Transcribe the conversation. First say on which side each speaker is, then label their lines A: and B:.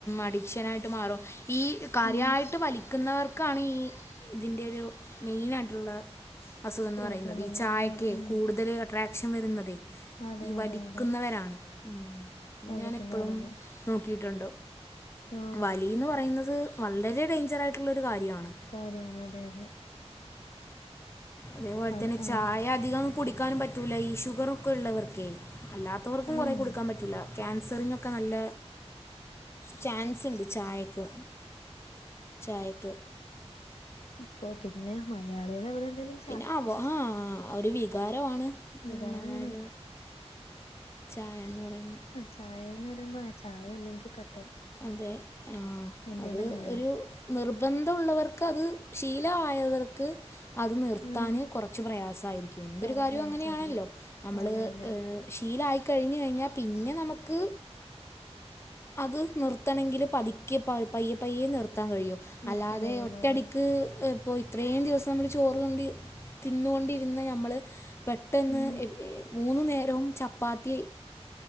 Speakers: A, on the left; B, on the left.
A: അഡിക്ഷനായിട്ട് മാറും ഈ കാര്യയിട്ട്
B: ഉം
A: വലിക് വലിക്കുന്നവർക്കാണ് ഈ ഇതിൻ്റെ ഒരു മെയിനായിട്ടുള്ള അസുഖം എന്ന്
B: പ്രോബ്ലം
A: പറയുന്നത് ഈ
B: എന്ന്
A: ചായക്കെ
B: ഉം ഉം
A: കൂടുതൽ അട്രാക്ഷൻ വരുന്നത്
B: അതെ
A: ഈ വലിക്കുന്നവരാണ്
B: അതെ അതെ
A: ഉ
B: വലിക്കുന്നവരാണ്
A: ഞാന നോക്കിയിട്ടുണ്ടോ
B: ഓ
A: വലീന്ന് പറയുന്നത് വളരെ ഡേഞ്ചർ ആയിട്ടുള്ള ഒരു കാര്യമാണ്
B: കാര്യാണ് അതെ അതെ
A: അതേപോലെ
B: അത്
A: തന്നെ
B: ആഹ്
A: ചായ അധികം കുടിക്കാനും പറ്റൂല ഈ ഷുഗർ ഒക്കെ ഉള്ളവർക്കേ അല്ലാത്തവർക്കും
B: ആഹ്
A: കുറെ കൊടുക്കാൻ പറ്റൂല്ല ക്യാൻസറിനൊക്കെ നല്ല ചാൻസ് ണ്ട് ചായക്ക് ചായക്ക്
B: പ്പൊ പിന്നെ മലയാളികൾ എവിടെ ണ്ടേലും
A: പിന്നെ അവ ആഹ് ഒരു വികാരാണ്
B: വികാരാണ്
A: മലര ചായയന്ന് പറയുന്നത്
B: ചായേന്ന് പറയുമ്പോ ആ ചായ അല്ലെങ്കി കട്ടൻ
A: അതെ ആഹ്
B: എന്തേലും
A: അത്
B: വേണം
A: ഒരു നിർബന്ധുള്ളവർക്കത് ശീലവായവർക്ക് അത് നിർത്താന്
B: ഉം
A: കൊറച്ച് പ്രയാസായിരിക്കും. എന്തൊരു
B: വേറെ
A: കാര്യവും
B: പ്രയാസായിരിക്കും
A: അങ്ങനെയാണല്ലോ നമ്മള്
B: അതെ അതെ
A: ഹ് ശീലായിക്കഴിഞ് കഴിഞ്ഞാ പിന്നെ നമുക്ക് അത് നിർത്തണെങ്കില് പതിക്കെ പ പയ്യെ പയ്യെ നിർത്താൻ കഴിയു
B: നിർത്താൻ
A: അല്ലാതെ
B: കഴിയുള്ളൂ
A: ഒറ്റടിക്ക്
B: അതെ
A: പ്പോ ഇത്രേയും ദിവസം നമ്മൾ ചോറ് കൊണ്ട് തിന്നുകൊണ്ടിരുന്ന ഞമ്മൾ പെട്ടെന്ന്
B: ഉം
A: എ മൂന്നു നേരവും ചപ്പാത്തി